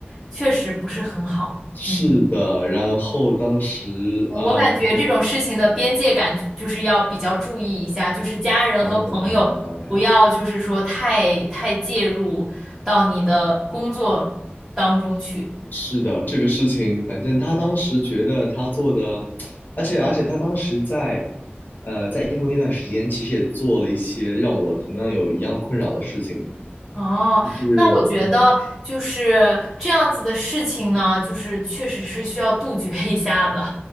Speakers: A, in the centre; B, on the left.
A: 确实不是很好。
B: 是的，
A: 嗯，
B: 然后当时啊，
A: 我我感觉这种事情的边界感就是要比较注意一下，
B: 我妈妈
A: 就是家人和朋友不要就是说太太介入到你的工作当中去。
B: 当然当然。是的，这个事情，反正他当时觉得他做的，而且而且他当时在，呃，在英国那段时间，其实也做了一些让我同样有一样困扰的事情，
A: 哦，
B: 就是嗯
A: 那我觉得就是这样子的事情呢，就是确实是需要杜绝一下的，